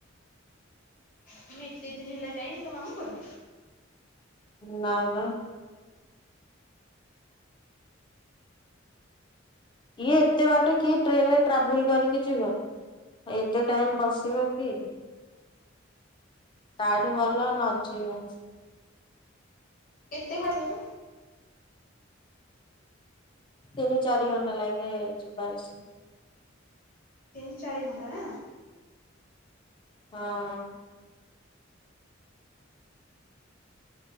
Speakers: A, on the left; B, on the left.
A: ତମେ ଏତେ ଦିନ ହେଲା ଯାଇନ ତ ମାମୁ ଘର
B: ନା ବା ଇଏ ଏତେ ବାଟ କିଏ ଟ୍ରେନ ରେ ଟ୍ରାଭେଲ କରିକି ଯିବ ଆ ଏତେ ଟାଇମ ବସିବ କିଏ ତାଠୁ ଭଲ ନ ଯିବା
A: କେତେ ଖ ନେମି
B: ତିନି ଚାରି ଘଣ୍ଟା ଲାଗେ ଯିବା ଆସିବା
A: ତିନି ଚାରି ଘଣ୍ଟା ନା
B: ହଁ